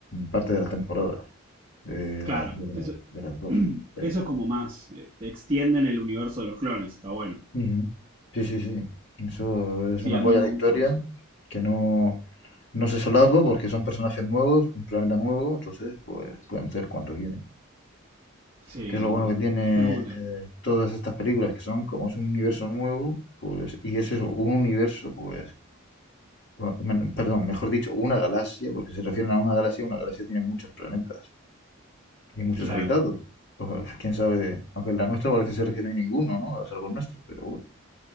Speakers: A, on the left; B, on the right.
A: parte de las temporadas. De, la-
B: Claro,
A: de la-
B: eso,
A: de las dos.
B: <clears throat>
A: Sí.
B: eso es como más, eh, extienden el universo de los clones, está bueno.
A: Ujú. Sí, sí, sí. Eso
B: Sí,
A: es una
B: a
A: polla
B: mí me
A: a la
B: gusta
A: historia
B: eso.
A: que no, no se solapa porque son personajes nuevos, un planeta nuevo, entonces pues pueden hacer cuanto quieren.
B: Sí,
A: Que es lo
B: de una,
A: bueno que tiene
B: <laughs> Es una.
A: eh, todas estas películas que son como es un universo nuevo, pues y es eso, un universo, pues bueno, una- perdón, mejor dicho, una galaxia, porque se refieren a una galaxia, una galaxia tiene muchos planetas y muchos
B: claro.
A: habitados. Pues, quién sabe, aunque en la nuestra parece ser que no hay ninguno, ¿no? A salvo nuestro, pero bueno,